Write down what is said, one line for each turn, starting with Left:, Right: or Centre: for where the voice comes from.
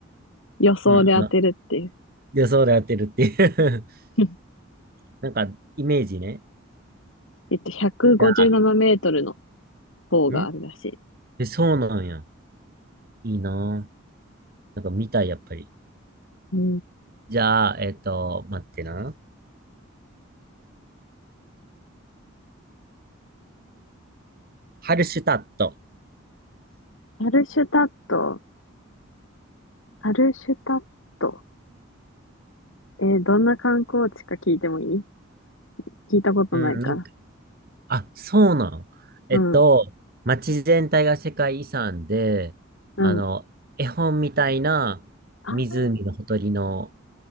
Left: い。予想で当てるっていう。
Right: うん、あの予想で当てるっていう
Left: <laughs>
Right: <laughs> なんか、イメージね。
Left: えっと、157メートルの
Right: じゃあ、
Left: 方があるらし
Right: んえ、そうなんや。いいなぁ。なんか見たい、やっぱり。
Left: い。うん。
Right: じゃあ、えっと、待ってな。ハルシュタット。
Left: アルシュタット。アルシュタット。えー、どんな観光地か聞いてもいい聞いたことないから。
Right: うん、なんかあ、そうなん。えっと、
Left: うん、
Right: 街全体が世界遺産で、
Left: うん。
Right: あの、絵本みたいな湖のほとりの、
Left: あ